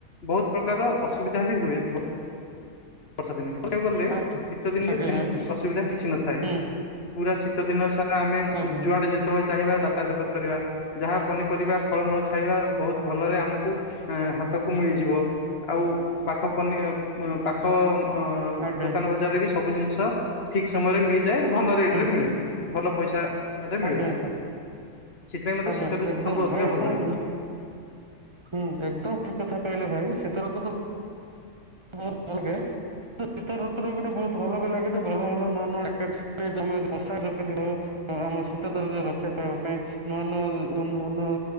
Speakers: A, on the left (about 50°); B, on the right (about 25°).
A: ବହୁତ ପ୍ରକାର ଅସୁବିଧା ବି ହୁଏ। ବର୍ଷା ଦିନେ କହିବାକୁ ଗଲେ
B: ଆଜ୍ଞା
A: ଶୀତ ଦିନରେ
B: ଆଜ୍ଞା
A: ସେମିତି
B: ଆଜ୍ଞା
A: ଅସୁବିଧା କିଛି ନଥାଏ।
B: ହୁଁ
A: ପୁରା ଶୀତ ଦିନ ସାରା ଆମେ
B: ଆଜ୍ଞା
A: ଯୁଆଡେ ଯେତ ଯେତେବେଳେ ଚାହିଁବା ଯାତାୟାତ କରିପାରିବା ଯାହା ପନିପରିବା ଫଳମୂଳ ଖାଇବା ବହୁତ୍ ଭଲରେ ଆମକୁ ଏଁ ହାତକୁ ମିଳିଯିବ। ଆଉ ପାଖ ପନି ପାଖ ଅ
B: ଆଜ୍ଞା
A: ଦୋକାନ ବଜାରରେ ବି ସବୁ ଜିନିଷ ଠିକ୍ ସମୟ ରେ ମିଳିଯାଏ ଭଲ ରେଟ୍
B: ହୁଁ
A: ରେ ମିଳେ ଭଲ ପଇସା ରେ
B: ଆଜ୍ଞା
A: ମିଳେ।
B: ଆଜ୍ଞା
A: ସେଥିପାଇଁ ମତେ
B: ଆଜ୍ଞା
A: ଶୀତ ଋତୁ
B: ଏକଦମ୍
A: ସବୁଠୁ ଅଧିକ
B: ଭାଇ ଆପଣ
A: ଭଲ ଲାଗେ
B: ହୁଁ। ହୁଁ ଏକଦମ୍ ଠିକ୍ କଥା କହିଲେ ଭାଇ ସେଥର ତ <unintelligible> ଶୀତ ଋତୁରେ ଗୋଟେ ବହୁତ ଭଲ ବି ଲାଗେ ବି ଯେ ଭଲ ଭଲ ନୂଆ ନୂଆ ଜ୍ୟାକେଟ ମସାଜ ପିନ୍ଧି ହୁଏ। ଆମ ଶୀତ ଦର୍ଜ ରକ୍ଷା ପାଇବା ପାଇଁ ନୂଆ ନୂଆ ନୂଆ ନୂଆ